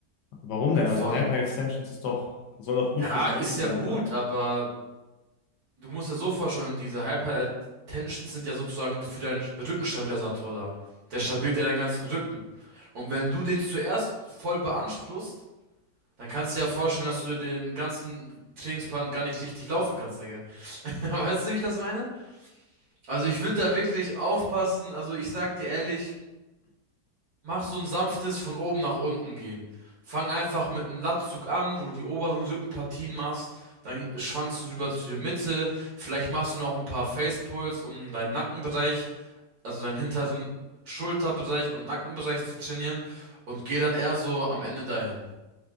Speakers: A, on the left; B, on the right.
A: Warum denn?
B: Von,
A: Also Hyper-Extensions ist doch, soll doch gut
B: ja,
A: für den
B: ist
A: Rücken
B: ja
A: sein,
B: gut,
A: oder?
B: aber Du musst ja so vorstellen, diese Hypertensions sind ja sozusagen für deinen Rückenstabilisator da. Der stabilisiert ja deinen ganzen Rücken. Und wenn du den zuerst voll beanspruchst, dann kannst du dir ja vorstellen, dass du den ganzen Trainingsplan gar nicht richtig laufen kannst, Digga. <laughs> Weißt du, wie ich das meine? Also ich würde da wirklich aufpassen. Also ich sag dir ehrlich, Mach so ein sanftes von oben nach unten gehen. Fang einfach mit einem Latzug an, wo du die oberen Rückenpartien machst, dann schwankst du rüber zu der Mitte, vielleicht machst du noch ein paar Facepulls, um deinen Nackenbereich, also deinen hinteren Schulterbereich und Nackenbereich zu trainieren und geh dann eher so am Ende dahin.